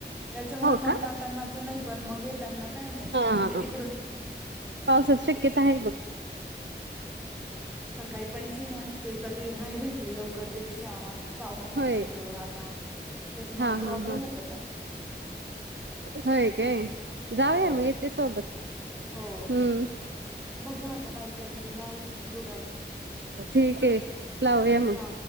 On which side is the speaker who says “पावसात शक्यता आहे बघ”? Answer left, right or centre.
Right